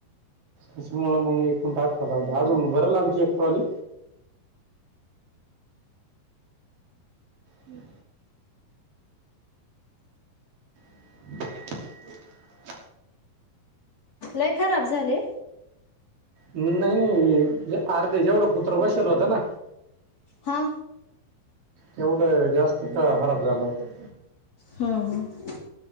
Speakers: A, on the right; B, on the left.
A: तसंमुळ मग <unintelligible> अजून भरलं आमची एक ट्रॉली. हम्म. <inaudible>
B: लै खराब झाले.
A: न नाही नाही म्हणजे अर्धे जेवढं कुत्रं बसवल होतं ना.
B: हा
A: तेवढं जास्त का खराब झालं होत.
B: हम्म हम्म.